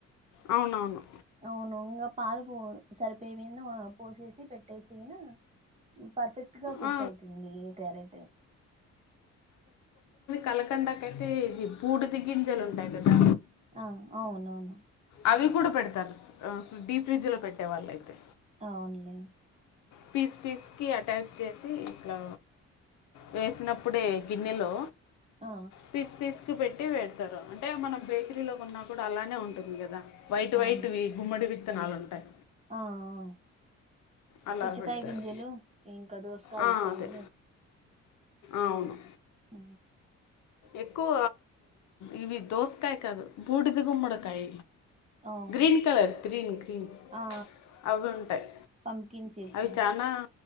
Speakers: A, on the left; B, on the right.
A: అవునవును
B: అవును ఉంగ పాలు పో సరిపోయ వైన్ పోసేసి పెట్టేసైన పర్ఫెక్ట్ గా కుక్
A: ఆ,
B: అయితుంది క్యారెట్
A: కళకండాకైతే ఇ బూడిద గింజలు ఉంటాయి గదా
B: ఆ అవునవును
A: అవి కూడా పెడతారు డీప్ ఫ్రిడ్జ్లో పెట్టే వాళ్ళు అయితే
B: అవునులే
A: పీస్ పీస్కి అటాచ్ చేసి ఇట్లా వేసినప్పుడే గిన్నెలో
B: ఆ
A: పీస్ పీస్ కి పెట్టి వెడతారు అంటే మనం బేకరీలో గొన్నా గూడా అలానే ఉంటుంది గదా వైట్
B: అవును
A: వైట్వి గుమ్మడి విత్తనాలు ఉంటాయి
B: ఆ ఆ
A: అలా
B: పుచ్చకాయ
A: పెడతారు
B: గింజలు ఇంక దోసకాయ
A: ఆ,
B: ఇతన్నాలు
A: అదే అవును
B: ఆ
A: ఎక్కువ ఇవి దోసకాయ కాదు బూడిద గుమ్మడికాయ
B: ఆ
A: గ్రీన్ కలర్ గ్రీన్ గ్రీన్
B: ఆ
A: అవుంటాయి
B: పంకిన్ సీడ్స్
A: అవి చానా